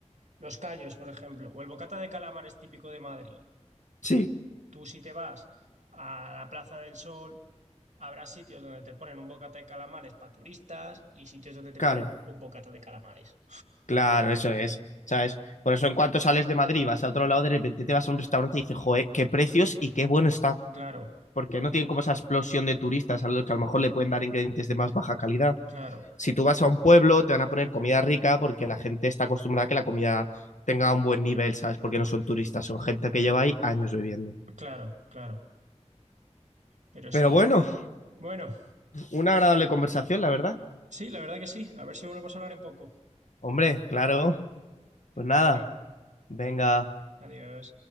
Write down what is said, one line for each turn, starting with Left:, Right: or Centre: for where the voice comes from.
Right: los callos, por ejemplo, o el bocata de calamares típico de Madrid,
Left: Sí,
Right: tú si te vas a la Plaza del Sol, habrá sitios donde te ponen un bocata de calamares para turistas y sitios donde te
Left: claro.
Right: ponen un bocata de calamares.
Left: Claro, eso es, ¿sabes? Por eso en cuanto sales de Madrid, vas a otro lado, de repente te vas a un restaurante y dices, joder, qué precios y qué bueno está.
Right: Claro,
Left: Porque no tienen como esa explosión de turistas a los que a lo mejor le pueden dar ingredientes de más baja calidad.
Right: claro,
Left: Si tú vas a un pueblo, te van a poner comida rica porque la gente está acostumbrada a que la comida tenga un buen nivel, ¿sabes? Porque no son turistas, son gente que lleva ahí años viviendo.
Right: claro, claro, pero sí.
Left: Pero bueno,
Right: Bueno,
Left: una agradable conversación, la verdad.
Right: sí, la verdad que sí. A ver si volvemos a hablar en poco.
Left: Hombre, claro. Pues nada,
Right: Bueno,
Left: venga.
Right: adiós.